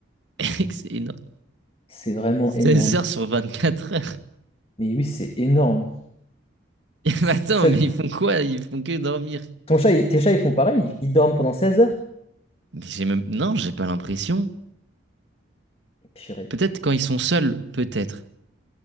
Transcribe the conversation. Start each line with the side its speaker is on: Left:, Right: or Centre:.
Right: <laughs> Excellent.
Left: C'est vraiment
Right: 16
Left: énorme.
Right: heures sur 24 heures.
Left: Mais oui, c'est énorme.
Right: <laughs> Et
Left: C'est-
Right: mais attends,
Left: ça-
Right: mais ils font quoi? Ils font que dormir.
Left: ton chat, il- tes chats, ils font pareil? Ils ils dorment pendant 16 heures?
Right: Mais j'ai même... Non, j'ai pas l'impression.
Left: Purée.
Right: Peut-être quand ils sont seuls, peut-être.